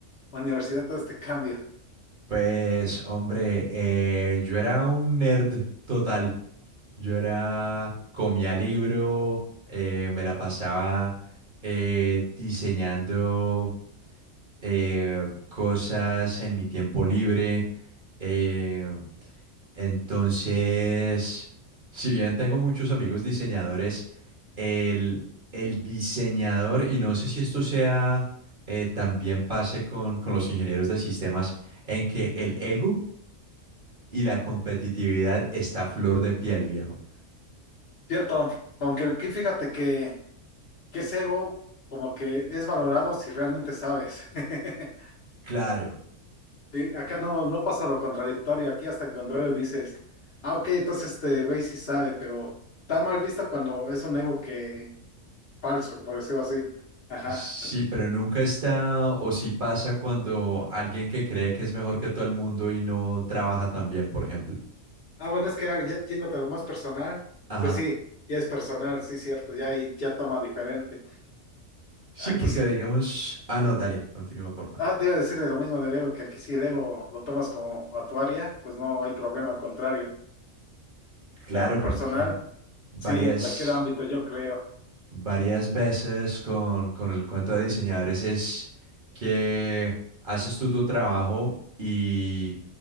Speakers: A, on the left (about 50°); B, on the right (about 40°).
A: universidad todo este cambio.
B: Pues, hombre, eh, yo era un nerd total. Yo era, comía libro, eh, me la pasaba eh, diseñando eh, cosas en mi tiempo libre. eh, entonces, si bien tengo muchos amigos diseñadores, el, el diseñador, y no sé si esto sea, eh, también pase con, con los ingenieros de sistemas, en que el ego y la competitividad está a flor de piel, viejo.
A: Cierto, aunque aquí fíjate que, que ese ego como que es valorado si realmente sabes. <laughs>
B: Claro,
A: Sí, Acá no, no pasa lo contradictorio, aquí hasta en contrario dices, ah, ok, entonces este güey sí sabe, pero está mal visto cuando es un ego que falso, por decirlo así. Ajá.
B: sí, pero nunca está o sí pasa cuando alguien que cree que es mejor que todo el mundo y no trabaja tan bien, por ejemplo.
A: Ah, bueno, es que ah, ya yéndote a lo más personal,
B: Ajá.
A: pues sí, ya es personal, sí, cierto, ya ahí ya toma diferente.
B: Sí,
A: Aquí
B: porque
A: sí
B: digamos, ah, no, dale, continúa, por favor.
A: Ah, te iba a decir de lo mismo del ego, que aquí si el ego lo tomas como a tu área, pues no hay problema, al contrario.
B: Claro,
A: Pero a lo
B: porque
A: personal,
B: varias...
A: sí, cualquier ámbito, yo creo.
B: varias veces con, con el cuento de diseñadores es que haces tú tu trabajo y